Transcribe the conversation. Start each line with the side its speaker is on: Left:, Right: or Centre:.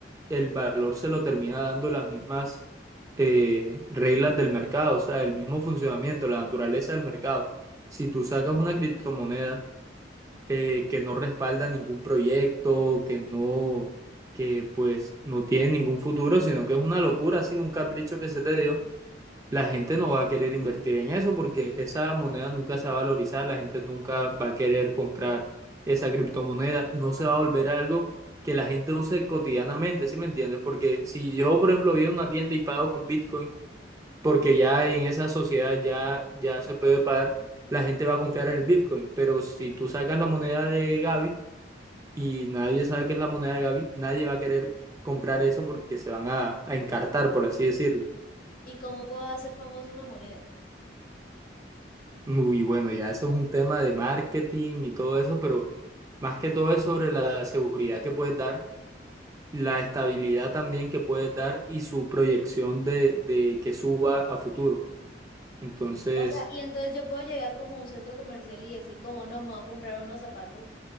Right: el valor se lo termina dando las mismas eh, reglas del mercado, o sea, el mismo funcionamiento, la naturaleza del mercado. Si tú sacas una criptomoneda eh, que no respalda ningún proyecto, que no, que pues no tiene ningún futuro, sino que es una locura, así, un capricho que se te dio, la gente no va a querer invertir en eso porque esa moneda nunca se va a valorizar, la gente nunca va a querer comprar esa criptomoneda, no se va a volver algo que la gente use cotidianamente, ¿sí me entiendes? Porque si yo, por ejemplo, voy a una tienda y pago con Bitcoin, porque ya en esa sociedad ya, ya se puede pagar, la gente va a confiar en el Bitcoin, pero si tú sacas la moneda de Gaby y nadie sabe qué es la moneda de Gaby, nadie va a querer comprar eso porque se van a, a encartar, por así decirlo.
Left: ¿Y cómo puedo hacer famoso una moneda?
Right: Muy bueno, ya eso es un tema de marketing y todo eso, pero más que todo es sobre la seguridad que puedes dar, la estabilidad también que puedes dar y su proyección de, de que suba a futuro. Entonces,
Left: O sea, y entonces yo puedo llegar como a un centro comercial y decir como, no, me voy a comprar unos zapatos